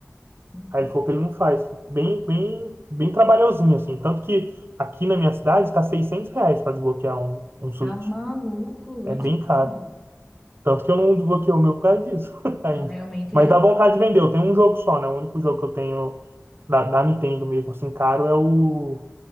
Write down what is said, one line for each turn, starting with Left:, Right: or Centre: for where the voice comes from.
Centre: Uhum.
Right: Aí ele falou que ele não faz. Bem, bem, bem trabalhosinho, assim. Tanto que aqui na minha cidade tá 600 reais pra desbloquear um, um Switch.
Centre: Tá maluco
Right: É
Centre: isso,
Right: bem caro.
Centre: mano?
Right: Tanto que eu não desbloqueei o meu por causa disso <laughs> ainda.
Centre: Não, realmente
Right: Mas
Centre: é.
Right: dá vontade de vender. Eu tenho um jogo só, né? O único jogo que eu tenho da, da Nintendo mesmo, assim, caro é o,